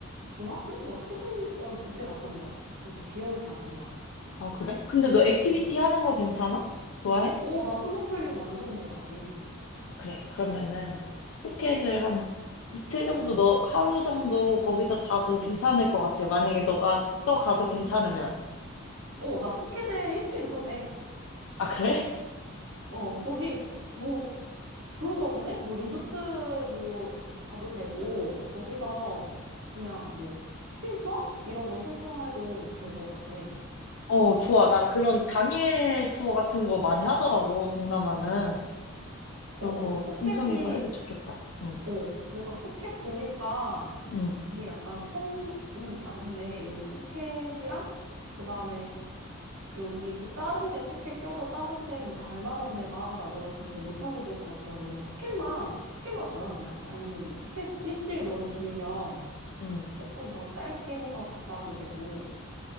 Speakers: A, on the right (about 80°); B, on the left (about 65°).
A: 중학교? 뭐 초중고 그때 갔던 것 같아. 그래서 기억이 잘 안 나.
B: 아, 그래? 근데 너 액티비티
A: 응.
B: 하는 거 괜찮아? 좋아해?
A: 오, 나 스노클링 완전 좋아하지.
B: 아, 그래. 그러면은 푸켓을 한 이틀 정도 너 하루 정도 거기서 자도
A: 응.
B: 괜찮을 것 같아. 만약에 너가 또 가도 괜찮으면.
A: 응. 어, 나 푸켓에 일주일 있어도 돼.
B: 아, 그래?
A: 어, 거기 뭐 좋을 것 같은데? 뭐 리조트 뭐 가도 되고 거기서 그냥 뭐 쇼핑 투어 이런 거 신청해도 될 것 같아.
B: 어, 좋아. 나 그런 당일 투어 같은 거 많이 하더라고, 동남아는.
A: 어,
B: 그런
A: 어.
B: 거
A: 푸켓이
B: 신청해서 해도 좋겠다. 응,
A: 어, 내가 푸켓 보니까
B: 응,
A: 이게 약간 섬은 아닌데 여기 푸켓이랑 그다음에 여기 또 다른 데 푸켓 껴서 다른 데 뭐 갈 만한 데가 내가 진짜 잘 못 찾게 될 것 같아가지고 그냥 푸켓만 푸켓만 가자 그냥 아니면 뭐 푸켓 일주일 너무 길면
B: 응.
A: 조금 더 짧게 해서 갔다 와도 되고